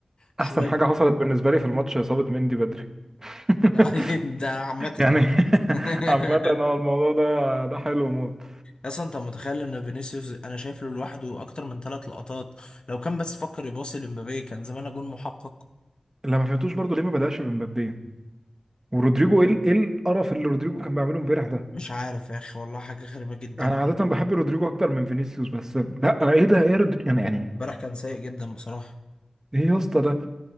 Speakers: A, on the left; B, on the right.
A: شوية
B: احسن حاجة حصلت بالنسبة لي في الماتش اصابة مندي بدري <laughs>
A: لا، <laughs> ده عامة
B: يعني
A: يعني
B: <laughs>
A: <laughs>
B: عامة هو الموضوع ده ده حلو موت
A: اصلا انت متخيل ان فينيسيوس انا شايف له لوحده اكتر من ثلاث لقطات لو كان بس فكر يباصي لمبابي كان زمان جون محقق
B: اللي ما فهمتوش برضو ليه ما بدأش بمبابي ورودريجو ايه ال- ايه القرف اللي رودريجو كان بيعمله امبارح ده
A: مش عارف يا اخي والله حاجة غريبة جدا
B: انا عادة بحب رودريجو اكتر من فينيسيوس بس لا ايه ده ايه رودريجو يعني يعني
A: امبارح كان سيء جدا بصراحة
B: ايه يا اسطى ده